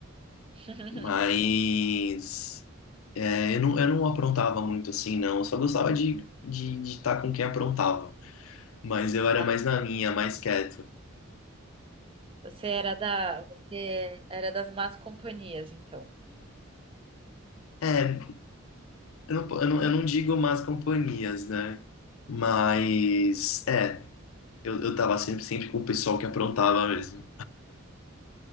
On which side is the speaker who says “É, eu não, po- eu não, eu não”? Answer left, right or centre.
Left